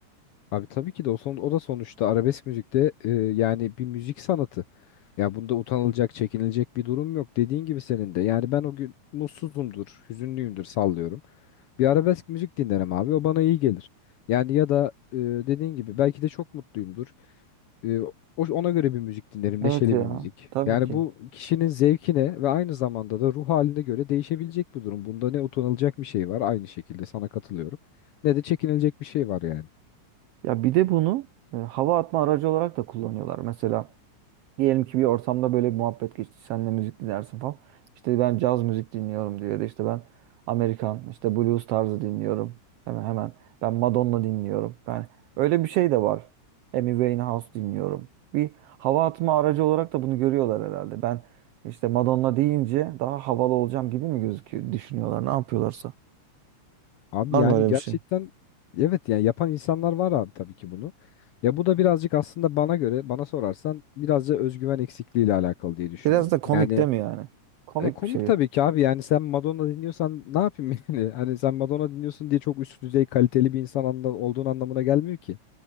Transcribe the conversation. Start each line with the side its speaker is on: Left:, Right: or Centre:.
Left: Abi tabii ki de o son o da sonuçta arabesk müzikte e, yani bir müzik sanatı. Ya bunda utanılacak, çekinilecek bir durum yok. Dediğin gibi senin de. Yani ben o gün mutsuzumdur, hüzünlüyümdür sallıyorum. Bir arabesk müzik dinlerim abi. O bana iyi gelir. Yani ya da e, dediğin gibi belki de çok mutluyumdur. E, o- ona göre bir müzik dinlerim. Neşeli
Right: Evet ya.
Left: bir müzik.
Right: Tabii
Left: Yani
Right: ki.
Left: bu kişinin zevkine ve aynı zamanda da ruh haline göre değişebilecek bir durum. Bunda ne utanılacak bir şey var aynı şekilde sana katılıyorum. Ne de çekinilecek bir şey var yani.
Right: Ya bir de bunu e, hava atma aracı olarak da kullanıyorlar. Mesela diyelim ki bir ortamda böyle bir muhabbet geçti. Sen de müzik dinlersin falan. İşte ben caz müzik dinliyorum diyor. Ya da işte ben Amerikan işte blues tarzı dinliyorum. Hemen hemen ben Madonna dinliyorum. Ben öyle bir şey de var. Amy Winehouse dinliyorum. Bir hava atma aracı olarak da bunu görüyorlar herhalde. Ben işte Madonna deyince daha havalı olacağım gibi mi gözüküyor düşünüyorlar ne yapıyorlarsa.
Left: Abi
Right: Var
Left: yani
Right: mı öyle
Left: gerçekten
Right: bir şey?
Left: evet yani yapan insanlar var abi tabii ki bunu. Ya bu da birazcık aslında bana göre bana sorarsan birazcık da özgüven eksikliğiyle alakalı diye düşünüyorum.
Right: Biraz da komik
Left: Yani
Right: değil mi yani? Komik
Left: e, komik
Right: bir şey.
Left: tabii ki abi yani sen Madonna dinliyorsan ne yapayım <laughs> yani? Hani sen Madonna dinliyorsun diye çok üst düzey kaliteli bir insan anla, olduğun anlamına gelmiyor ki.